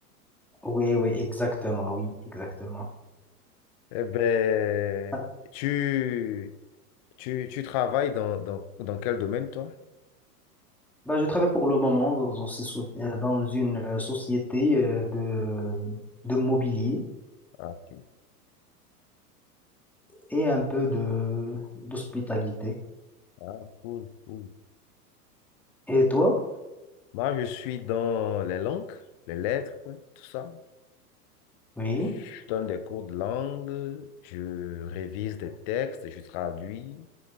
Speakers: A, in the centre; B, on the left.
A: Oui, oui, exactement, oui, exactement.
B: Eh ben,
A: Voilà.
B: tu, tu, tu travailles dans, dans, dans quel domaine, toi?
A: Bah, je travaille pour le moment dans, une soci- euh, dans une euh, société euh, de, de mobilier
B: Ah, ok.
A: et un peu de d'hospitalité.
B: Ah, cool, cool.
A: Et toi?
B: Moi, je suis dans les langues, les lettres, tout ça.
A: Oui,
B: Je donne des cours de langue, je révise des textes, je traduis,